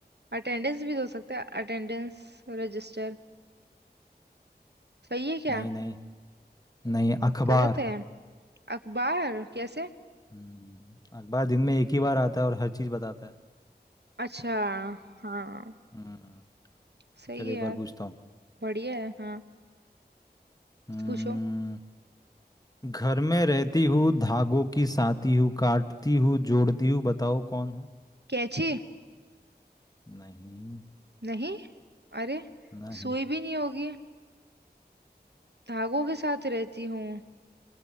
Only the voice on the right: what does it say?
अटेंडेंस भी तो हो सकता है अटेंडेंस रजिस्टर सही है क्या
गलत है अखबार कैसे
अच्छा हाँ
सही
है
यार
बढ़िया है हाँ
पूछो
कैंची
नहीं अरे
सुई भी नहीं होगी धागों के साथ रहती हूँ